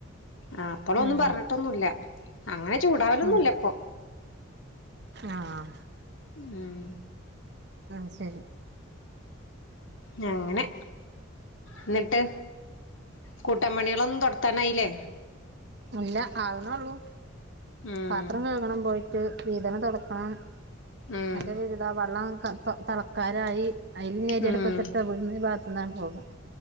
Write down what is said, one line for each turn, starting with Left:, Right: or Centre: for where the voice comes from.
Left: മാപ്പളൊന്നും
Right: ഉം
Left: പറഞ്ഞിട്ടൊന്നുല്ല. അങ്ങനെ ചൂടാവലൊന്നുല്ല
Right: ഉം
Left: പ്പൊ
Right: ആഹ്
Left: ഉം...
Right: ആഹ് ശരി
Left: നങ്ങനെ എന്നിട്ട് കൂട്ടാൻ പണിയളൊന്നും തൊട്ത്താനായില്ലേ
Right: ഇല്ല. ആക്ണൊള്ളൂ.
Left: ഉം
Right: പാത്രം കഴുകണം പോയിട്ട് വീതനം തൊടക്കണം
Left: ഉം
Right: <unintelligible> വെള്ളം തലക്കാരായി അതിൽ നിരിടപ്പത്തിട്ട്
Left: ഉം
Right: <unintelligible> പോക